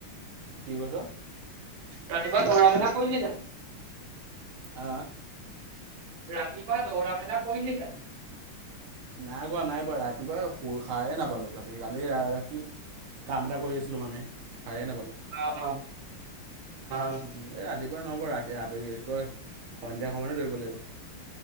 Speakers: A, on the right; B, on the right.
A: কি কৈছ?
B: ৰাতিপুৱা দৌৰা মেলা কৰিলি জানো?
A: হ?
B: ৰাতি পা দৌৰা মেলা কৰিলি জানো?
A: নাই কোৱা নাই বোৱা ৰাতিপুৱা শ খাইে নাপালো কালি কালি ৰাতি কাম এটা কৰি আছিলো মানে সাৰে নাপালো।
B: অ অ অ
A: উ এ ৰাতিপুৱা নহব ৰাতি আবে কৈ সন্ধিয়া সময়ত দৰিব লাগিব।